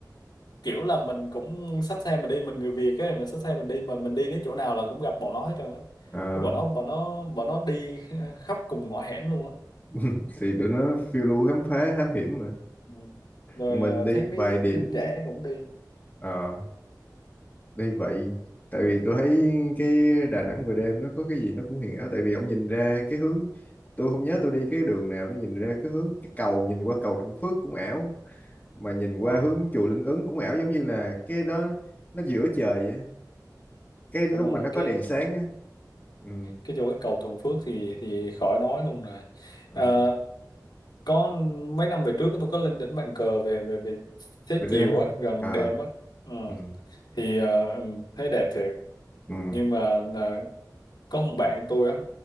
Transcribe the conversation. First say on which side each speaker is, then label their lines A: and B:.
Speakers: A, on the left; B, on the left.
A: kiểu là mình cũng xách xe mình đi mình người Việt ấy mình xách xe mình đi mà mình đi đến chỗ nào là cũng gặp bọn nó hết trơn á
B: à,
A: cái bọn nó bọn nó bọn nó đi <laughs> khắp cùng ngõ hẻm luôn á
B: <laughs> thì tụi nó phiêu lưu khám phá thám hiểm mà
A: Ừ. rồi
B: Còn mình
A: à,
B: đi
A: thấy mấy
B: vài điểm
A: đứa trẻ cũng đi
B: Ờ, đây vậy tại vì tôi thấy cái Đà Nẵng về đêm nó có cái gì nó cũng huyền ảo tại vì ông nhìn ra cái hướng tôi không nhớ tôi đi cái đường nào tôi nhìn ra cái hướng cái cầu nhìn qua cầu Thuận Phước cũng ảo mà nhìn qua
A: ờ
B: hướng chùa Linh Ứng cũng ảo giống như là cái đó nó giữa trời vậy. cái lúc
A: đúng rồi
B: mà nó
A: cái
B: có đèn sáng á ừ,
A: cái chỗ cái cầu Thuận Phước thì thì khỏi nói luôn rồi
B: ờ,
A: à, có mấy năm về trước tôi có lên đỉnh bàn cờ về về về xế
B: về đêm
A: chiều
B: á
A: á gần
B: à,
A: đêm á ừ.
B: ừ,
A: thì à, ừ, thấy đẹp thiệt
B: ừ,
A: nhưng mà là có một bạn tôi á